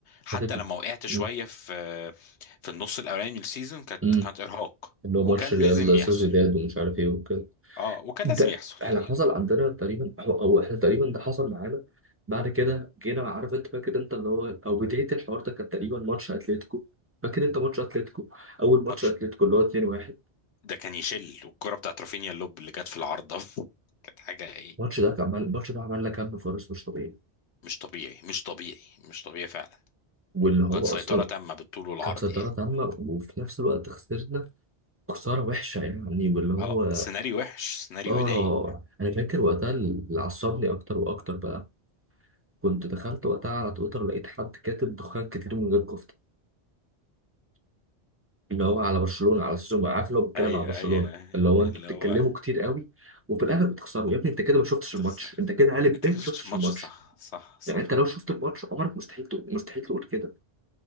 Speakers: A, on the left; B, on the right.
A: حتى
B: هدف
A: لما
B: انت.
A: وقعت شويه
B: مم.
A: في في النص الاولاني من السيزون كانت
B: مم.
A: كانت ارهاق
B: اللي هو
A: وكان
B: ماتش ريال
A: لازم يحصل
B: سوسيداد ومش عارف ايه وكده
A: اه وكان
B: ده
A: لازم يحصل
B: احنا
A: يعني
B: حصل عندنا تقريبا هو او احنا تقريبا ده حصل معانا بعد كده جينا عارف انت فاكر انت اللي هو او بدايه الحوار ده كان تقريبا ماتش اتلتيكو فاكر انت ماتش اتلتيكو اول
A: ماتش
B: ماتش اتلتيكو اللي هو 2-1
A: ده كان يشل والكرة بتاعت رافينيا اللوب اللي جت في العارضة <laughs> كانت حاجة ايه
B: الماتش ده كان عمل الماتش ده عملنا كم فرص مش طبيعي
A: مش طبيعي مش طبيعي مش طبيعي فعلا
B: واللي هو
A: كانت سيطرة
B: اصلا
A: تامة بالطول والعرض
B: كانت سيطره
A: يعني
B: تامه وفي نفس الوقت خسرنا خساره وحشه يعني واللي هو
A: اه سيناريو وحش سيناريو
B: اه
A: يضايق
B: انا فاكر وقتها اللي عصبني اكتر واكتر بقى كنت دخلت وقتها على تويتر لقيت حد كاتب دخان كتير من غير كفته اللي هو على برشلونه على اساس انه عارف اللي هو بيتكلم
A: ايوه
B: على برشلونه
A: ايوه
B: اللي هو
A: اللي
B: انتوا بتتكلموا
A: هو
B: كتير قوي وفي الاخر بتخسروا يا ابني انت كده ما شفتش الماتش
A: تخسر
B: انت كده قالب
A: انت
B: ب ما
A: كده شفتش
B: شفتش
A: الماتش
B: الماتش
A: صح صح صح
B: يعني انت لو شفت الماتش عمرك مستحيل تقول مستحيل تقول كده